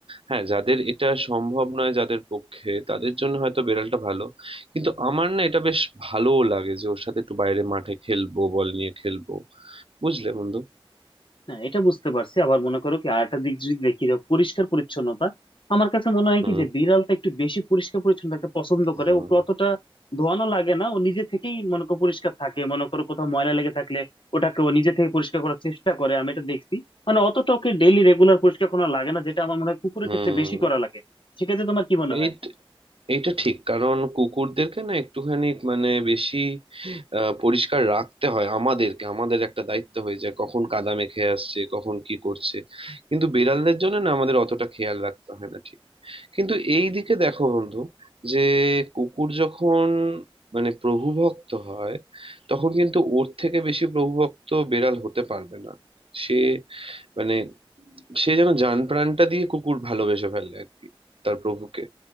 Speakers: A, on the right; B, on the left.
A: হ্যাঁ যাদের এটা সম্ভব নয় যাদের পক্ষে তাদের জন্য হয়তো বেড়ালটা ভালো কিন্তু আমার না এটা বেশ ভালোও লাগে যে ওর সাথে একটু বাইরে মাঠে খেলবো বল নিয়ে খেলবো বুঝলে বন্ধু
B: না এটা বুঝতে পারছি আবার মনে করো কি আরেকটা দিক যদি দেখি যে পরিষ্কার পরিচ্ছন্নতা আমার কাছে মনে হয়
A: হুম
B: কি যে বিড়ালটা একটু বেশি পরিষ্কার পরিচ্ছন্নতাকে পছন্দ করে
A: হুম
B: ওকে অতটা ধোয়ানো লাগে না ও নিজে থেকেই মনে করো পরিষ্কার থাকে মনে করো কোথাও ময়লা লেগে থাকলে ওটাকে ও নিজে থেকে পরিষ্কার করার চেষ্টা করে আমি এটা দেখছি মানে অতটা ওকে ডেইলি রেগুলার পরিষ্কার করা লাগে না যেটা আমার মনে হয় কুকুরের
A: হুম
B: ক্ষেত্রে বেশি করা লাগে সেক্ষেত্রে তোমার কি মনে হয়
A: এই এইটা ঠিক কারণ কুকুরদেরকে না একটুখানি মানে বেশি আহ, পরিষ্কার রাখতে হয় আমাদেরকে আমাদের একটা দায়িত্ব হয়ে যায় কখন কাদা মেখে আসছে কখন কি করছে কিন্তু বিড়ালদের জন্য না আমাদের অতটা খেয়াল রাখতে হয় না ঠিক কিন্তু এই দিকে দেখো বন্ধু যে কুকুর যখন মানে প্রভুভক্ত হয় তখন কিন্তু ওর থেকে বেশি প্রভুভক্ত বেড়াল হতে পারবে না সে মানে সে যেন জান প্রাণটা দিয়ে কুকুর ভালোবেসে ফেলে আর কি তার প্রভুকে